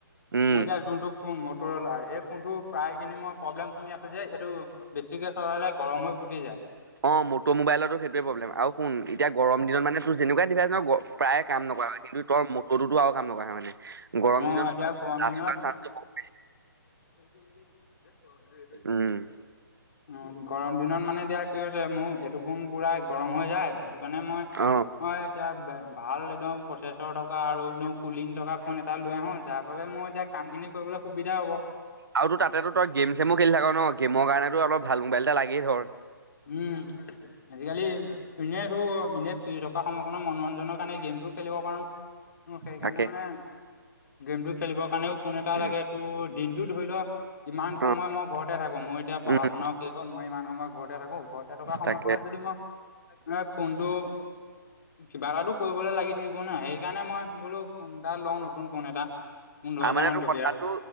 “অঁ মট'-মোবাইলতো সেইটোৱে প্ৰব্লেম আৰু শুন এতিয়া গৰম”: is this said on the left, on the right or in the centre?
Right